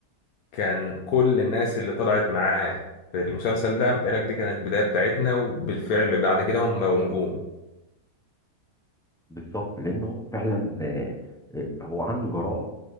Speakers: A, on the left; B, in the centre.
A: كان كل الناس اللي طلعت معاه في المسلسل ده متقالك دي كانت البداية بتاعتنا وبالفعل بعد كده هم بقوا نجوم
B: بالظبط لان هو فعلا آه، آه، هو عنده جراءه